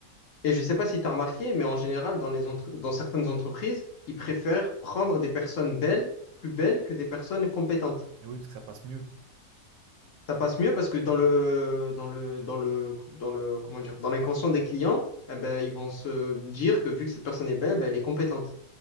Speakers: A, on the left; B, on the right.
A: Et je sais pas si tu as remarqué, mais en général, dans les entre- dans certaines entreprises, ils préfèrent prendre des personnes belles, plus belles que des personnes compétentes.
B: Et oui, parce que ça passe mieux.
A: Ça passe mieux parce que dans le, dans le, dans le, dans le, comment dire, dans l'inconscient des clients, eh ben, ils vont se dire que vu que cette personne est belle, ben, elle est compétente.